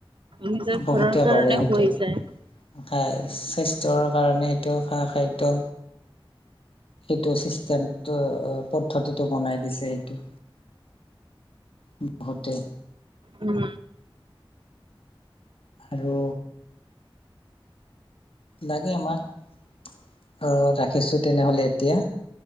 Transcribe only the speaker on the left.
বহুতে
কৰে সেইটো
খাই স্বাস্থ্যৰ কাৰণে সেইটো খা খাদ্য সেইটো চিষ্টেম পদ্ধতিটো বনাই দিছে সেইটো বহুতে।
আৰু লাগে আমাক আ ৰাখিছোঁ তেনেহলে এতিয়া।